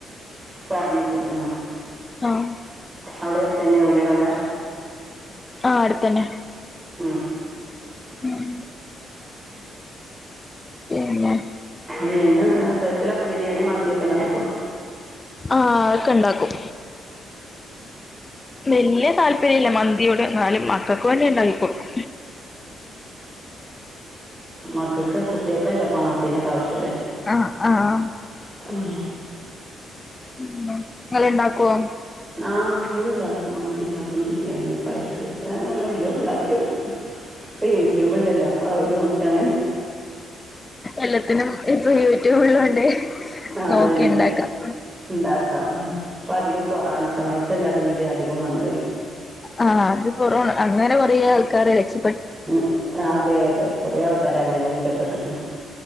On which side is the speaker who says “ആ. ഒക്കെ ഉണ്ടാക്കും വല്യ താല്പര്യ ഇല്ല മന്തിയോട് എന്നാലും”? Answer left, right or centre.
Left